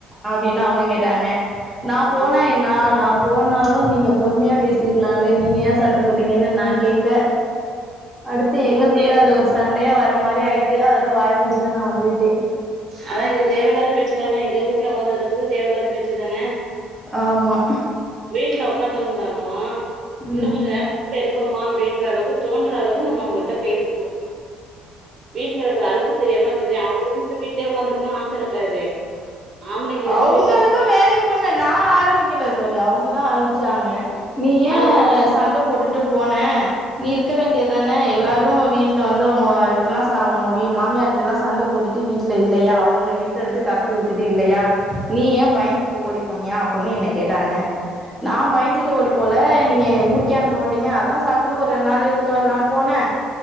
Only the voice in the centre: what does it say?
அப்டினு அவுங்க கேட்டாங்க நா போனா
என்னா நா போனாலு நீங்க பொறுமையா பேசிருக்கலால்ல நீங்க ஏ சண்ட போட்டீங்கன்னு நா கேக்க அடுத்து
எங்களுக்குள்ள
அது ஒரு சண்டயா வர மாரி ஆயிட்டு அதோட வாய மூடிட்டு நா வந்துவிட்டே
ஆமா
ம்
அவுங்களுக்கு
வேலைக் பண்ண நா ஆரம்பிக்கல தோழி அவுங்கதா ஆரம்ச்சாங்க நீ ஏ
சண்ட போட்டுட்டு போன நீ இருக்க வேண்டிய தான எல்லாரு வீட்ல வந்து அவுங்கள்ட்லா ச அவுங்க வீ மாமியார் டல்லா சண்ட போட்டுட்டு வீட்ல இல்லையா அவுங்கள வீட்ட விட்டு தொரத்தி வுட் டுட்டு இல்லையா நீ ஏ பயந்துகிட்டு ஓடி போனியா அப்புன்னு என்னை கேட்டாங்க நா பயந்துட்டு ஓடி போல நீங்க என்னய ஊருக்கே அனுப்ப மாட்டீங்க அதா சாக்குன்னு ஒரு ரெண்டு நாள் இருந்துட்டு வரலான் போன